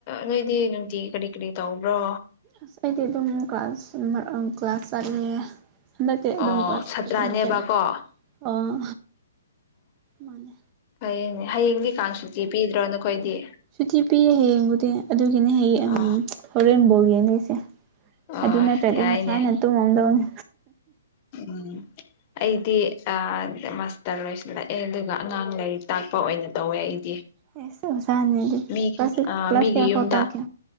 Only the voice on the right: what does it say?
ꯑꯁ ꯑꯩꯗꯤ ꯑꯗꯨꯝ ꯀ꯭ꯂꯥꯁ ꯀ꯭ꯂꯥꯁ ꯆꯠꯂꯦ ꯍꯥꯟꯗꯥꯛꯇꯤ ꯑꯗꯨꯝ
ꯀꯂꯁ
ꯐꯖꯅ ꯆꯠꯂꯦ ꯑꯥ ꯃꯥꯅꯦ
ꯁꯨꯊꯤ ꯄꯤꯌꯦ ꯍꯌꯦꯡꯕꯨꯗꯤ ꯑꯗꯨꯒꯤꯅꯦ ꯍꯌꯦꯡ
ꯍꯣꯔꯦꯟ ꯕꯣꯜ ꯌꯦꯡꯗꯣꯢꯁꯦ
ꯑꯗꯨ ꯅꯠꯇ꯭ꯔꯗꯤ
ꯉꯁꯥꯏꯅ ꯇꯨꯝꯃꯝꯗꯧꯅꯤ
ꯑꯦꯁ ꯑꯣꯖꯥꯅꯤꯅꯦ ꯑꯗꯨ
ꯀ꯭ꯂꯁ ꯀ꯭ꯂꯥꯁ
ꯀꯌꯥꯐꯧ
ꯇꯥꯛꯀꯦ